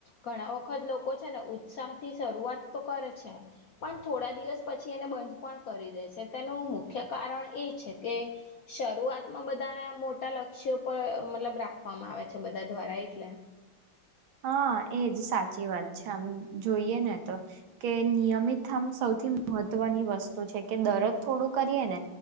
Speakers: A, on the left; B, on the right.
A: ઘણા વખત લોકો છે ને ઉત્સાહ થી શરૂઆત તો કરે છે પણ થોડા દિવસ પછી એને બંધ પણ કરી દે છે તેનું મુખ્ય કારણ એ છે કે શરૂઆતમાં બધાના મોટા લક્ષ્યો પર મતલબ રાખવામાં આવે છે બધા દ્વારા એટલે
B: હા એજ સાચી વાત છે આમ જોઈએ ને તો કે નિયમિત આમ સૌ મહત્વની વસ્તુ છે કે દરજ થોડું કરીએ ને